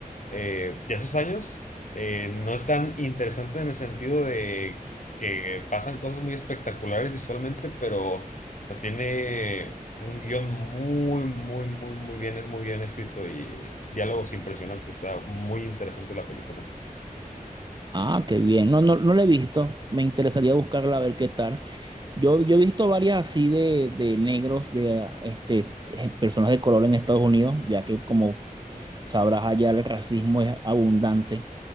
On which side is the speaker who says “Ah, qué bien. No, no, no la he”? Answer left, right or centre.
Right